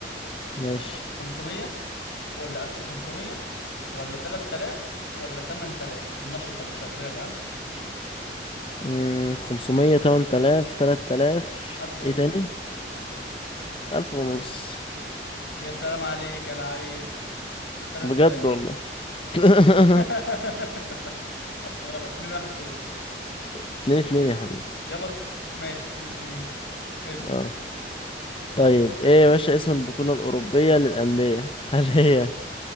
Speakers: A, on the left; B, on the left.
A: ماشي
B: 500 ولا 1500 ولا 3000 ولا 8000 النشطة اللي شغالة ها
A: امم 500 8000 3000
B: 1000 ونص
A: ايه تاني 1000 ونص
B: يا سلام عليك يا لعيب 3000
A: بجد والله <laughs>
B: <laughs> غلط 2 1 ليا
A: اتنين اتنين يا حبيبي
B: يابا ماشي 2 2 اسأل
A: اه طيب ايه يا باشا اسم البطولة الأوروبية للأندية <laughs> هل هي